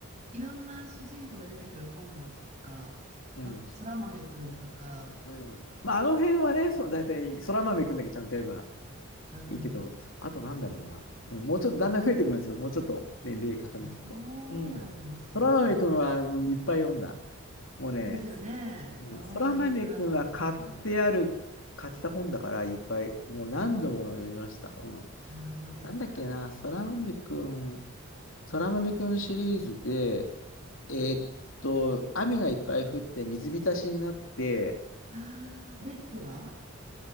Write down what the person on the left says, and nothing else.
うん。
うん。
まあ、あの辺はね、そう、だいたい、そら豆くんだけちゃんとやれば
いいけど、あとなんだろうな。うん、もうちょっとだんだん増えてくるんですよ。もうちょっと年齢重ねていくと。
うん。そら豆くんは、いっぱい読んだ。もうね、
うん、
空豆くんは買ってある、買った本だからいっぱい、もう何度も読みました。うん。
なんだっけな、空豆くん、空豆くんシリーズで、えーっと、雨がいっぱい降って水浸しになって、